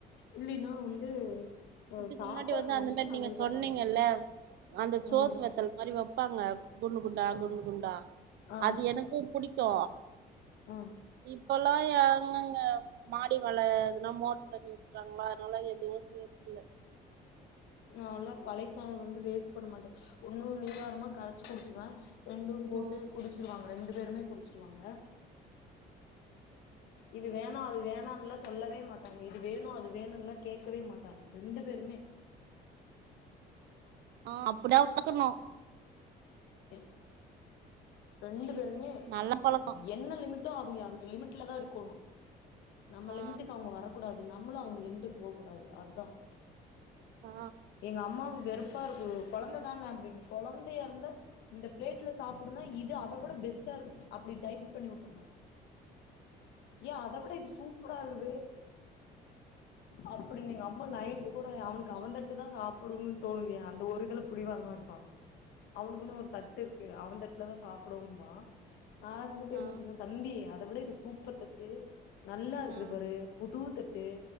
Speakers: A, on the left (about 80°); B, on the right (about 75°).
A: இல்லைனா வந்து அ
B: இதுக்கு
A: சாப்பாடு
B: முன்னாடி வந்து அந்த
A: ரொம்ப
B: மாரி
A: நல்லதுக்கா
B: நீங்க சொன்னீங்கல்ல
A: பழைய
B: அந்த சோத்து
A: ம்
B: வத்தல் மாரி வெப்பாங்க குன்னு குண்டா
A: ஆ
B: குன்னு குண்டா
A: ஆ
B: அது எனக்கு புடிக்கு
A: ஆ
B: இப்பலா யாருங்கங்க மாடி மேல எதுன்னா மோட்ரு தண்ணி வுட்றாங்களா அதனால எதுவு செய்யறது இல்ல
A: நால்லா பழையசாத வந்து வேஸ்ட் பண்ண மாட்டே ஒன்னு நீராரமா கரைச்சு குடுத்துருவே ரெண்டும் போட்டு
B: ம்
A: குடிச்சிருவாங்க ரெண்டு பேருமே குடிச்சிருவாங்க இது வேணா அது வேணான்லா சொல்லவே மாட்டாங்க இது வேணு அது வேணுன்லா கேக்கவே மாட்டாங்க ரெண்டு பேருமே
B: ஆ அப்டிதா வளக்கணு
A: எ ரெண்டு பேருமே
B: நல்ல பழக்கோ
A: என்ன லிமிட் ட்டு அவ்ங்க அந்த லிமிட்ல தா இருக்கோணு நம்ம
B: ஆ
A: லிமிட்டுக்கு அவ்ங்க வர கூடாது நம்மளு அவ்ங்க லிமிட்டுக்கு போகக் கூடாது அதா
B: ஆ
A: எங்க அம்மாவுக் வெறுப்பா இருக்கு கொழந்த தான அப்டின்ங்கு கொழந்தையா இருந்தா இந்த பிளேட்ல சாப்புடுனா இது அத விட பெஸ்டா இருக்கு அப்டி டைவர்ட் பண்ணி உட்டுர்ணு ஏ அத விட இது சூப்பரா இருக்குது அப்டின்னு எங்க அம்மா நைட்டு கூட அவனுக்கு அவந்தட்டு தா ‌சாப் புடணு தோன்லையா அந்த ஒரு இதுல புடிவாதமா இருப்பா அவனுக்குன்னு ஒரு டு இருக்கு அவந்தட்ல தா சாப்புடுவன்பா நா வந்துட்டு
B: ஆ
A: என்ன சொன்ன தம்பி அத விட இது சூப்பர் தட்டு நல்லா இருக்குது
B: ஆ
A: பாரு புது தட்டு